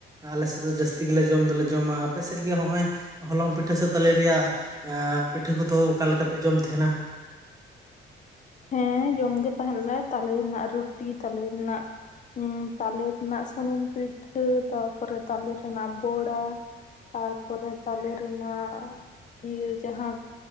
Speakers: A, on the right; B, on the left.
A: ᱟᱞᱮ ᱥᱮᱫ ᱫᱚ ᱡᱟᱹᱥᱛᱤ ᱜᱮᱞᱮ ᱡᱚᱢ ᱫᱚᱞᱮ ᱡᱚᱢᱟ ᱟᱯᱮ ᱥᱮᱫ ᱜᱮ ᱱᱚᱜᱼᱚᱭ ᱦᱚᱞᱚᱝ ᱯᱤᱴᱷᱟᱹ ᱥᱮ ᱛᱟᱞᱮ ᱨᱮᱭᱟᱜ ᱯᱤᱴᱷᱟᱹ ᱠᱚᱫᱚ, ᱚᱠᱟ ᱞᱮᱠᱟ ᱯᱮ ᱡᱚᱢ ᱛᱟᱦᱮᱱᱟ?
B: ᱦᱮᱸ ᱡᱚᱢ ᱜᱮ ᱛᱟᱦᱮᱱ ᱞᱮ, ᱛᱟᱞᱮ ᱨᱮᱱᱟᱜ ᱨᱩᱴᱤ ᱛᱟᱞᱮ ᱨᱮᱱᱟᱜ ᱦᱩᱸᱛᱟᱞᱮ ᱨᱮᱱᱟᱜ ᱥᱩᱱᱩᱢ ᱯᱤᱴᱷᱟᱹ ᱛᱟᱯᱚᱨᱮ ᱛᱟᱞᱮ ᱨᱮᱱᱟᱜ ᱵᱚᱲᱟ ᱛᱟᱨᱯᱚᱨᱮ ᱛᱟᱞᱮ ᱨᱮᱱᱟᱜ ᱤᱭᱟᱹ ᱡᱟᱦᱟᱸ